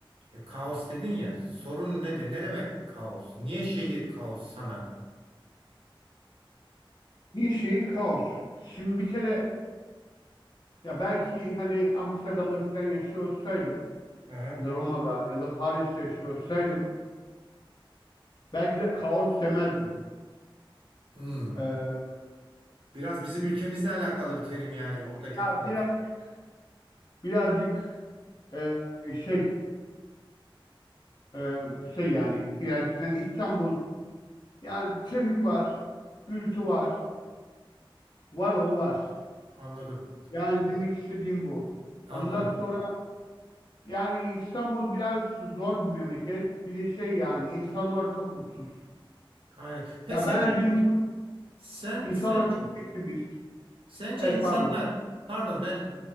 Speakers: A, on the right; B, on the left.
A: e, kaos dedin ya sorun nedir? Ne demek kaos? Niye şehir kaos sana?
B: Bir şehir kaos. Şimdi bir kere ya belki hani Amsterdam'da falan yaşıyor olsaydım
A: Aha.
B: ya da Roma'da ya da Paris'te yaşıyorsaydım belki de kaos demezdim.
A: Hmm.
B: Ee,
A: Biraz bizim ülkemizle alakalı bir terim yani buradaki
B: ya
A: kaos.
B: birazcık birazcık e, şey e, şey yani birazcık hani İstanbul yani trafik var, gürültü var, var oğlu var.
A: Anladım.
B: Yani demek istediğim bu.
A: Anladım.
B: Ondan sonra yani İstanbul biraz zor bir memleket. Bir de şey yani insanlar çok mutsuz.
A: Aynen. Peki
B: Ya
A: sence
B: ben her gün insan-
A: sen
B: insanlar
A: sence
B: çok pessimist.
A: sence
B: Evet
A: insanlar
B: pardon.
A: pardon ben